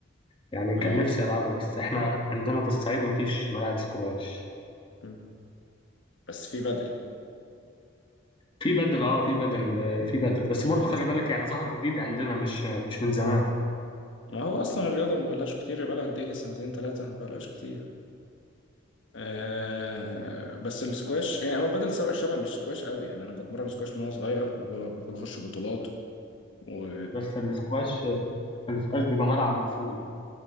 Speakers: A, on the left; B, on the left.
A: يعني
B: اه
A: كان نفسي العبه بس احنا عندنا في الصعيد مفيش ملاعب سكواش
B: م. بس في بدل
A: في بدل اه في بدل آه، في بدل بس
B: والله
A: برضو
B: حلو
A: خلي بالك يعني ظهر جديد عندنا مش مش من زمان
B: ما هو اصلا الرياضه ما بلاش كتير بقى لها قد ايه سنتين ثلاثه ما بلاش كتير آه بس السكواش يعني هو البدل سبق شبه السكواش قوي يعني انا بتمرن سكواش من وانا صغير وكنت بخش بطولات و...
A: بس الاسكواش الاسكواش بيبقى ملعب مقفول